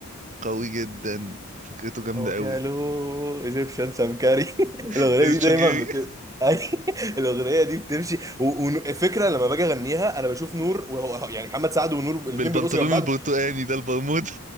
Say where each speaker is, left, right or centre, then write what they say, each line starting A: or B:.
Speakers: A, on the right; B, on the right.
A: قوي جدا فكرته جامدة
B: اوكلو
A: قوي
B: ايجيبشن سمكري <laughs> الاغنيه
A: <laughs> الشوجيري
B: دي دايما بت أي- <laughs> الاغنيه دي بتمشي وفكره لما باجي اغنيها انا بشوف نور وهو يعني محمد سعد ونور
A: بالبنطلون
B: الاثنين بيرقصوا جنب بعض
A: البرتقاني ده البرمودا